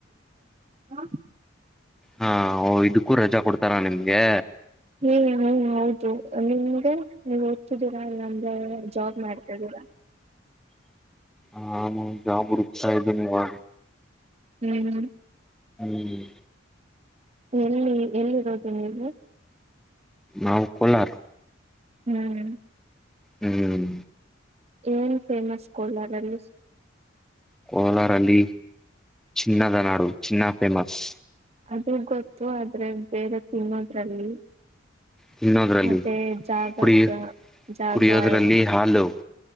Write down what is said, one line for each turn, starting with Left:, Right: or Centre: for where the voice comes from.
Right: <unintelligible>
Centre: ಹಾ ಇದಕ್ಕೂ ರಜಾ ಕೊಡ್ತಾರಾ ನಿಮ್ಗೆ
Right: ಹ್ಮ ಹ ಹೌದು ನಿಮ್ಗೆ ನೀವು ಓದ್ತಿದ್ದೀರಾ ಇಲ್ಲ ಅಂದೆ ಜಾಬ್ ಮಾಡ್ತಿದ್ದೀರಾ
Centre: ಹ ಜಾಬ್ ಹುಡುಕ್ತಾ ಇದ್ದೇನೆ ಇವಾಗ
Right: ಹ್ಮ್
Centre: ಹ್ಮ್
Right: ಎಲ್ಲಿ ಎಲ್ಲಿರೋದು ನೀವು
Centre: ನಾವು ಕೋಲಾರ
Right: ಹ್ಮ್
Centre: ಹ್ಮ್
Right: ಏನ್ ಫೇಮಸ್ ಕೋಲಾರಲ್ಲಿ
Centre: ಕೋಲಾರಲ್ಲಿ ಚಿನ್ನದ ನಾಡು ಚಿನ್ನ ಫೇಮಸ್
Right: ಅದು ಗೊತ್ತು ಆದ್ರೆ ಬೇರೆ ತಿನ್ನೋದ್ರಲ್ಲಿ
Centre: ತಿನ್ನೋದ್ರಲ್ಲಿ
Right: ಮತ್ತೆ ಜಾಗಕ್ಕ
Centre: ಕುಡಿಯ
Right: ಜಾಗ
Centre: ಕುಡಿಯೋದ್ರಲ್ಲಿ
Right: ಎಲ್ಲ
Centre: ಹಾಲು